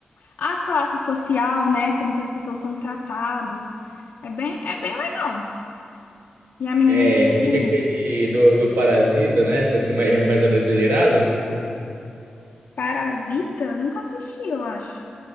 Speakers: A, on the left; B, on the right.
A: a classe social, né? Como que as pessoas são tratadas. É bem, é bem legal. E a menina,
B: É,
A: tipo assim,
B: fica aquele do, do Parasita, né? Só que mais, mais abrasileirado.
A: Parasita? Nunca assisti, eu acho.